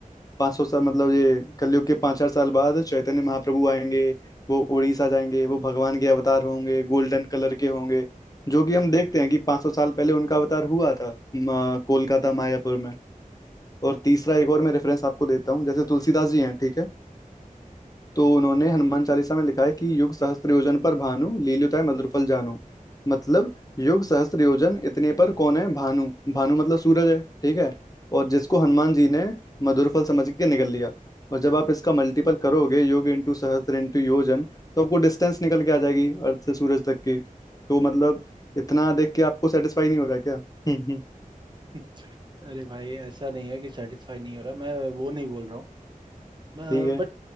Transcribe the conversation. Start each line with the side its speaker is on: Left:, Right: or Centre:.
Left: 500 साल मतलब ये कलयुग के पाँच चार साल बाद चैतन्य महाप्रभु आएंगे वो उड़ीसा जाएंगे वो भगवान के अवतार होंगे गोल्डन कलर के होंगे जो कि हम देखते हैं कि 500 साल पहले उनका अवतार हुआ था म, कोलकाता मायापुर में और तीसरा एक और मैं रेफरेंस आपको देता हूँ जैसे तुलसीदास जी हैं ठीक है तो उन्होंने हनुमान चालीसा में लिखा है कि युग सहस्त्र योजन पर भानु लील्युताय मधुरफल जानू मतलब युग सहस्त्र योजन इतने पर कौन है भानु भानु मतलब सूरज है ठीक है और
Right: हम्म,
Left: जिसको हनुमान जी ने मधुरफल समझ के निगल लिया और जब आप इसका मल्टीपल करोगे युग इंटू सहस्त्र इंटू योजन तो आपको डिस्टेंस निकल के आ जाएगी अर्थ से सूरज तक की तो मतलब इतना देख के आपको सेटिस्फाई नहीं हो रहा क्या हम्म हम्म,
Right: हम्म। अरे भाई ऐसा नहीं है कि सेटिस्फाई नहीं हो रहा मैं वो नहीं बोल रहा हूँ
Left: ठीक है
Right: बट